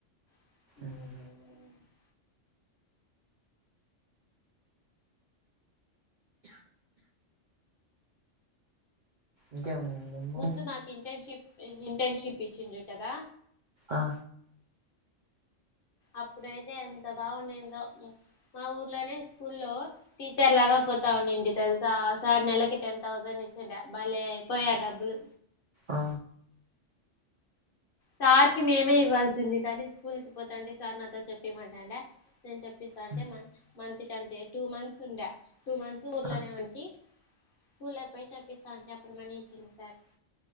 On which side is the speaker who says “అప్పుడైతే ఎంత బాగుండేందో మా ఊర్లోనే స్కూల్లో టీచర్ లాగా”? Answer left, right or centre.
Left